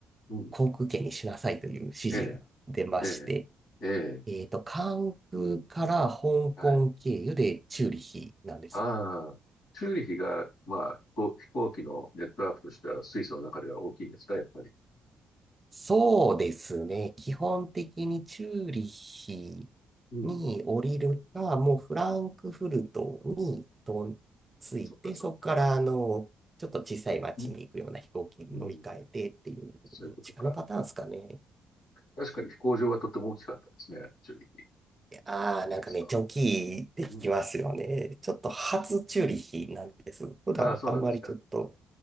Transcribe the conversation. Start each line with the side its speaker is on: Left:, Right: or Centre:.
Left: うん。
Right: 航空券にしなさいという指示が出まして、
Left: ええ。ええ。え
Right: えっと、関空から香港経由でチューリヒなんです。
Left: え。はい。ああ。チューリヒが、まあ、飛行、飛行機のネットワークとしては、スイスの中では大きいですか、やっぱり。
Right: そうですね。基本的にチューリヒ
Left: うん。
Right: に降りるか、もうフランクフルトにと着いて、
Left: そっか、そっか。
Right: そこからあの、ちょっと小さい町に行くような飛行機に乗り換えてっていう、
Left: うん。うん。そういうことか。
Right: どっちかのパターンですかね。
Left: 確かに飛行場はとても大きかったですね、チューリヒ。
Right: ああー、
Left: 思い出すと。
Right: なんかめっちゃ大きいって聞きますよね。
Left: うん。
Right: ちょっと初チューリヒなんです。普段あんまりちょっと
Left: ああ、そうなんですか。